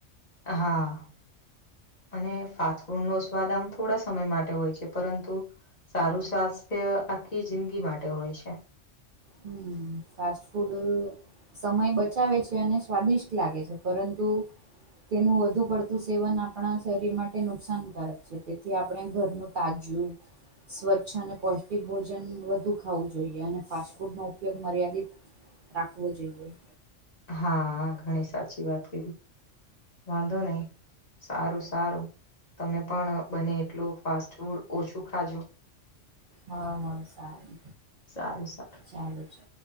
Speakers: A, on the left (about 35°); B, on the right (about 55°).
A: હા. અને ફાસ્ટ ફૂડ નો સ્વાદ આમ થોડા સમય માટે હોય છે પરંતુ સારું સ્વાસ્થ્ય આખી જિંદગી માટે હોય છે.
B: હમ્મ ફાસ્ટ ફુડ, સમય બચાવે છે અને સ્વાદિષ્ટ લાગે છે પરંતુ તેનું વધુ પડતું સેવન આપણા શરીર માટે નુકસાનકારક છે તેથી આપણે ઘરનું તાજું સ્વચ્છ અને પૌષ્ટિક ભોજન વધુ ખાવું જોઈએ અને ફાસ્ટ -ફૂડનો ઉપયોગ મર્યાદિત રાખવો જોઈએ.
A: હા ઘણી સાચી વાત કીધી વાંધો નહી. સારું સારું તમે પણ બને એટલું ફાસ્ટ ફૂડ ઓછું ખાજો.
B: હ હ સારું
A: સારું સારું.
B: ચાલુ છે.